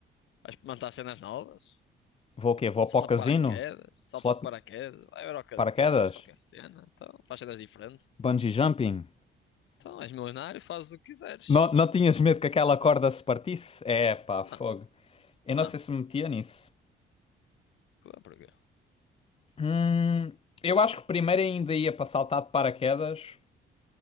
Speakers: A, on the left; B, on the left.
A: Vais experimentar cenas novas?
B: vou o quê? Vou
A: Salta
B: para o casino?
A: de paraquedas, salta
B: Slot
A: de paraquedas, vai ver ao casino,
B: paraquedas?
A: faz qualquer cena, então, faz cenas diferentes.
B: Bungee jumping?
A: Então, és milionário, fazes o que quiseres.
B: Não, não tinhas medo que aquela corda se partisse? É, pá, fogo.
A: Não,
B: Eu
A: não.
B: não sei se me metia nisso.
A: Ué, Porquê?
B: Hum, eu acho que primeiro ainda ia para saltar de paraquedas